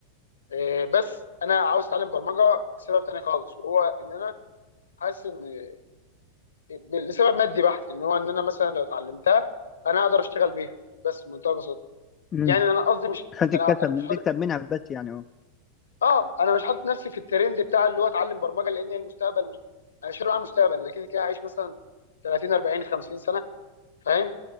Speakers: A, on the left (about 70°); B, on the left (about 25°).
A: إيه بس انا عاوز اتعلم برمجه لسبب تاني خالص وهو ان انا حاسس ان لسبب مادي بحت ان هو ان انا مثلا لو اتعلمتها انا اقدر اشتغل بيها بس بمنتهى البساطه
B: امم
A: يعني انا قصدي مش
B: عشان تتكسب
A: انا انا
B: من
A: مش حاطط
B: تكسب منها بس يعني
A: اه انا مش حاطط نفسي في الترند بتاع اللي هو اتعلم برمجه لان هي المستقبل مش... انا مش على المستقبل انا كده كده عايش مثلا 30 40 50 سنه فاهم